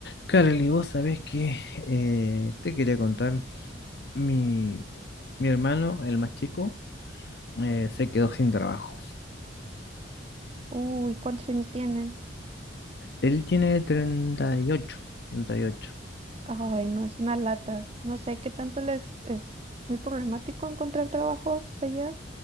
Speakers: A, on the left; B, on the right.
A: Carly, vos sabés que eh, te quería contar, mi, mi hermano, el más chico, eh, se quedó sin trabajo.
B: Uy, ¿cuántos años tiene?
A: Él tiene treinta y ocho, treinta Y ocho.
B: Ay, no, es una lata. No sé qué tanto les es muy problemático encontrar trabajo allá.